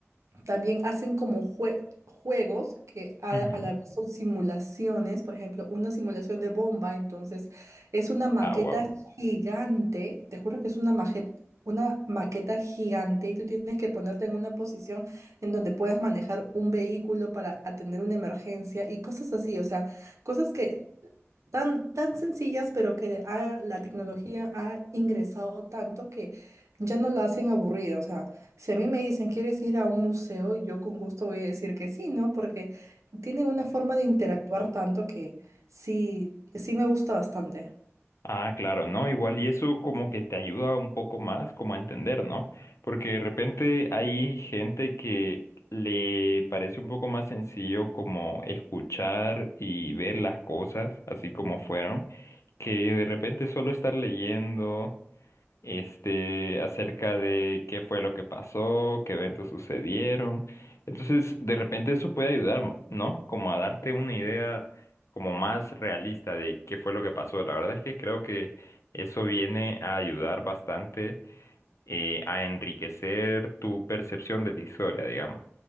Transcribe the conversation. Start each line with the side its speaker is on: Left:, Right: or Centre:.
Right: También hacen como jue- juegos que a,
Left: Ujú.
Right: a la vez son simulaciones, por ejemplo, una simulación de bomba, entonces es una maqueta
Left: Ah, wow.
Right: gigante, te juro que es una maqueta, una maqueta gigante y tú tienes que ponerte en una posición en donde puedes manejar un vehículo para atender una emergencia y cosas así, o sea, cosas que tan, tan sencillas, pero que ha- la tecnología ha ingresado tanto que ya no la hacen aburrida. O sea, si a mí me dicen, ¿quieres ir a un museo? Yo con gusto voy a decir que sí, ¿no? Porque tiene una forma de interactuar tanto que sí, sí me gusta bastante.
Left: Ah, claro, ¿no? Igual, y eso como que te ayuda un poco más como a entender, ¿no? Porque de repente hay gente que le parece un poco más sencillo como escuchar y ver las cosas así como fueron, que de repente solo estar leyendo este, acerca de qué fue lo que pasó, qué eventos sucedieron. Entonces, de repente eso puede ayudar, ma- ¿no? Como a darte una idea como más realista de qué fue lo que pasó. La verdad es que creo que eso viene a ayudar bastante eh, a enriquecer tu percepción de la historia, digamos.